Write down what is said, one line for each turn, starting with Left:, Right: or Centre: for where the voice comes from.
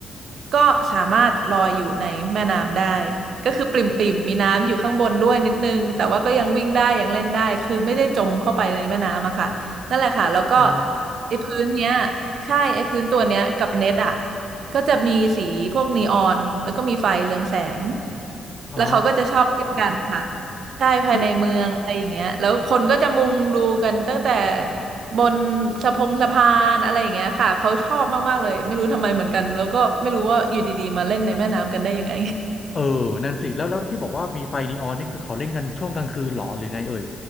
Right: ก็สามารถลอยอยู่ในแม่น้ำได้ก็คือปริ่มๆมีน้ำอยู่ข้างบนด้วยนิดนึงแต่ว่าก็ยังวิ่งได้ยังเล่นได้คือไม่ได้จมเข้าไปในแม่น้ำอะค่ะ นั่นแหละค่ะแล้วก็
Left: อ๋อ
Right: ไอ้พื้นเนี้ยใช่ไอ้พื้นตัวเนี้ยกับเน็ตอ่ะก็จะมีสีพวกนีออนแล้วก็มีไฟเรืองแสง
Left: อ๋อ
Right: แล้วเขาก็จะชอบเล่นกันค่ะใช่ภายในเมืองอะไรอย่างเงี้ยแล้วคนก็จะมุงดูกันตั้งแต่
Left: คือ
Right: บนสะพงสะพานอะไรอย่างเงี้ยค่ะเขาชอบมากๆเลย ไม่รู้ทำไมเหมือนกันแล้วก็ไม่รู้ว่าอยู่ดีๆมาเล่นในแม่น้ำกันได้ยังไง
Left: เออนั่นสิแล้วแล้วที่บอกว่ามีไฟนีออนนี่คือเขาเล่นกันช่วงกลางคืนเหรอหรือไงเอ่ย